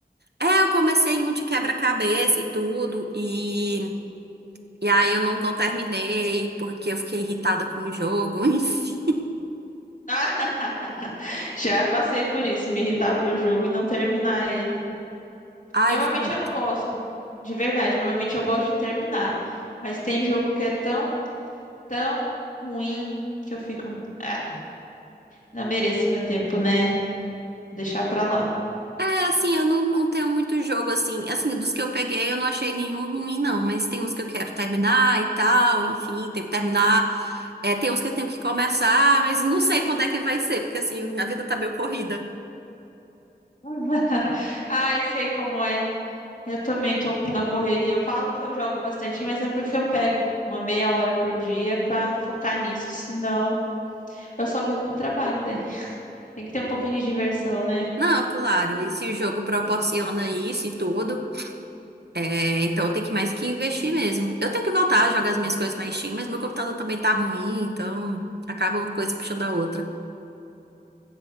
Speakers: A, on the right (about 70°); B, on the left (about 45°).
A: É, eu comecei em um de quebra-cabeça e tudo. E... E aí eu não, não terminei, porque eu fiquei irritada com o jogo. <laughs> Enfim.
B: <laughs> Já passei por isso, me irritar por jogo e não terminar ele.
A: Ai,
B: Normalmente
A: eu fiquei muito...
B: eu não gosto, de verdade. Normalmente eu gosto de terminar. Mas tem jogo que é tão, tão ruim que eu fico. "Ah, não mereço meu tempo, né? Deixar pra lá.
A: É, assim, eu não, não tenho muito jogo, assim. Assim, dos que eu peguei, eu não achei nenhum ruim, não. Mas tem uns que eu quero terminar e tal, enfim. Tenho que terminar. É, tem uns que eu tenho que começar, mas eu não sei quando é que vai ser. Porque, assim, a vida tá meio corrida.
B: <laughs> Ai, sei como é. Eu também tô na correria. Eu falo que eu jogo bastante, mas é porque eu pego uma meia hora por dia pra focar nisso. Senão, eu só vivo pro trabalho daí. Tem que ter um pouquinho de diversão, né?
A: Não, claro, e se o jogo proporciona isso e tudo, é, então tem que mais que investir mesmo. Eu tenho que voltar a jogar as minhas coisas na Steam, mas meu computador também tá ruim, então acaba uma coisa puxando a outra.